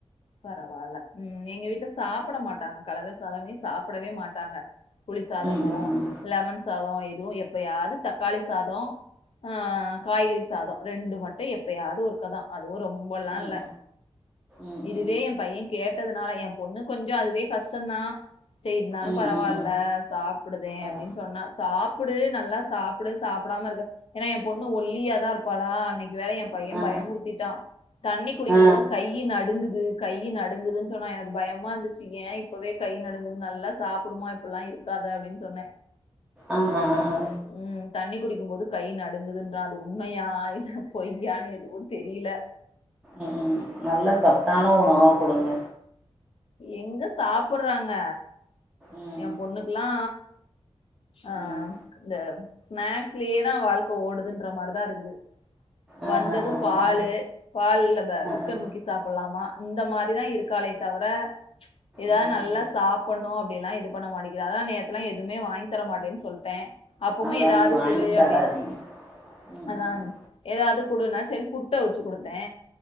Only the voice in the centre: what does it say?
ம் ம் ம்
ம் ம்
ம் ம்
ம் ம்
ம் ம்
ஆ
ஆ
ஆ
அஅ அ அ
ம் ம் நல்ல சத்தான உணவா குடுங்க
ம்
ம்
ஆ
ஆ ஆ
ஆ ஆ
ஆ
ஆ
ம் ம்
ம்
அதான்
நீங்க வாங்கி
தராதீங்க
ம்
ம் ம்